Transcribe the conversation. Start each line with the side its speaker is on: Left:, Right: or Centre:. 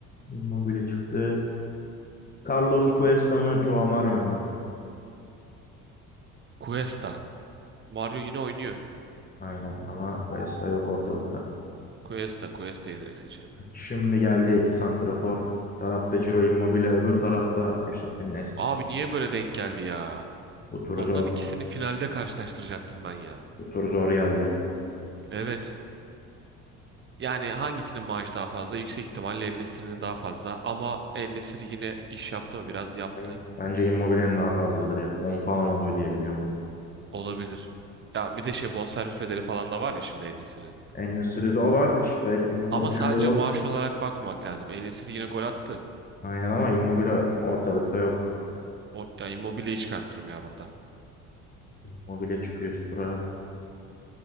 Left: Immobile çıktı. Carlos Cuesta mı, Joe Mario mu?
Right: Cuesta. Mario yine oynuyor.
Left: Aynen ama Cuesta yok ortalıkta.
Right: Cuesta. Cuesta'yı direkt seçerim. ya.
Left: Şimdi geldi iki santrafor. Bir tarafta Ciro Immobile, öbür tarafta Yusuf en
Right: Abi niye böyle denk geldi ya?
Left: Bu tur
Right: Onların
Left: zor.
Right: ikisini finalde karşılaştıracaktım ben ya.
Left: Bu tur zor geldi.
Right: Evet. Yani hangisinin maaşı daha fazla? Yüksek ihtimalle El Nesiri'nin daha fazla. Ama El Nesiri yine iş yaptı mı? Biraz yaptı.
Left: Yani bence Immobile'nin daha fazladır ya. on falan alıyor diye biliyorum onu.
Right: Olabilir. Ya bir de şey bonservis bedeli falan da var ya şimdi El Nesiri'nin.
Left: En-Nesyri'de o var. İşte Immobile
Right: Ama sadece
Left: de yok.
Right: maaş olarak bakmamak lazım. El Nesiri yine gol attı.
Left: Aynen ama Immobile ortalıkta yok.
Right: O, ya Immobile'yi çıkartırım ya burada.
Left: Immobile çıkıyor üst tura.